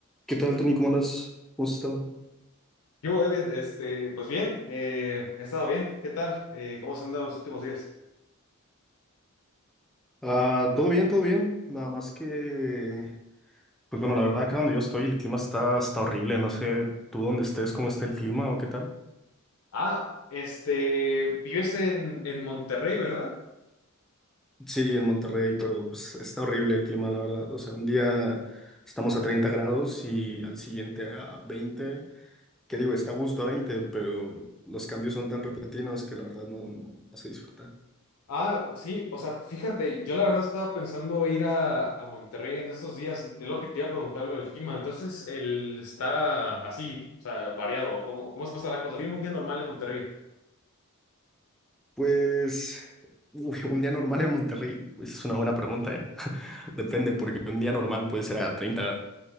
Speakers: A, in the centre; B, on the left (about 75°).
A: ¿Qué tal, Tony? ¿Cómo andas? ¿Cómo has estado?
B: Yo, David, este, pues bien, eh, he estado bien. ¿Qué tal? Eh, ¿cómo se han dado los últimos días?
A: Ah, todo bien, todo bien. Nada más que, pues bueno, la verdad, acá donde yo estoy, el clima está, está horrible. No sé tú dónde estés, cómo está el clima o qué tal.
B: Ah, este, vives en, en Monterrey, ¿verdad?
A: Sí, en Monterrey, pero pues, está horrible el clima, la verdad. O sea, un día estamos a 30 grados y al siguiente a 20. ¿Qué digo? Está a gusto a 20, pero los cambios son tan repentinos que la verdad no, no, no se disfruta.
B: Ah, sí, o sea, fíjate, yo la verdad estaba pensando ir a, a Monterrey en estos días y te, lo que te iba a preguntar lo del clima. Entonces, el está así, o sea, variado. ¿Cómo, cómo está la cosa? ¿Tiene un día normal en Monterrey?
A: Pues uy, un día normal en Monterrey, pues es una buena pregunta, ¿eh? <laughs> Depende, porque un día normal puede ser a treinta